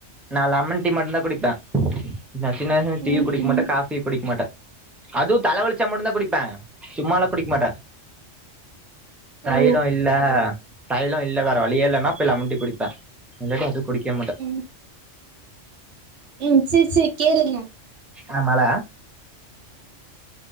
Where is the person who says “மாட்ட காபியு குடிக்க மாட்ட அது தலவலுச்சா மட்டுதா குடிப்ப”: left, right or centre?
Centre